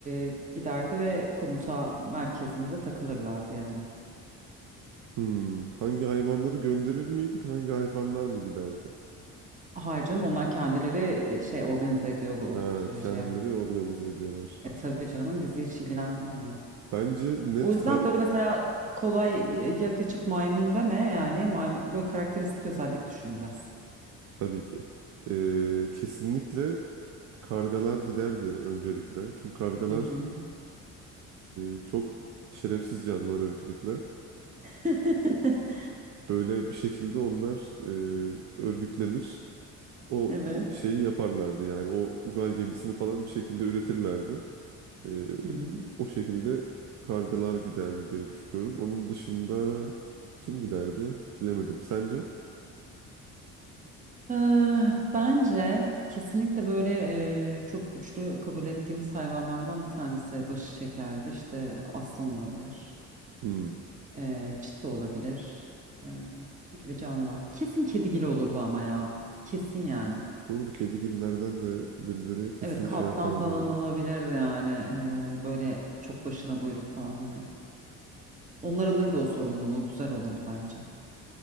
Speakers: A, on the right; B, on the right.
A: e, giderdi ve komuta merkezinde takılırlardı yani?
B: Hmm. Hangi hayvanları gönderir miydik? Hangi hayvanlar mı giderdi?
A: Hayır canım onlar kendileri e, şey organize ediyor bu
B: Ha,
A: süreci
B: kendileri
A: yani.
B: organize ediyorlar.
A: E tabii canım bizi hiç ilgilendirmiyor.
B: Bence net
A: O yüzden
B: kar
A: böyle mesela kolay e, ya kaçıp maymun deme yani maymun, böyle karakteristik özellik düşün biraz.
B: tabii ki. E, kesinlikle kargalar giderdi öncelikle. Çünkü kargalar
A: Hı hı.
B: e, çok şerefsiz canlılar öncelikle.
A: <laughs>
B: Böyle bir şekilde onlar e, örgütlenir. O
A: Evet.
B: e, şeyi yaparlardı yani o uzay gemisini falan bir şekilde üretirlerdi. E,
A: Hı hı.
B: o şekilde kargalar giderdi diye düşünüyorum. Onun dışında kim giderdi bilemedim. Sence?
A: Eee, bence kesinlikle böyle eee, çok güçlü kabul ettiğimiz hayvanlardan bir tanesi başı çekerdi. İşte aslan olabilir,
B: Hmm,
A: eee çita olabilir eee, gibi canlılar. Kesin kedigil olurdu ama ya. Kesin yani.
B: doğru kedigillerden de birileri kesin
A: Evet kaplan
B: şey yapardı
A: falan
B: onu.
A: olabilirdi yani. Eee, böyle çok başına buyruk falan hani. Onlar alırdı o sorumluluğu. Güzel olurdu bence.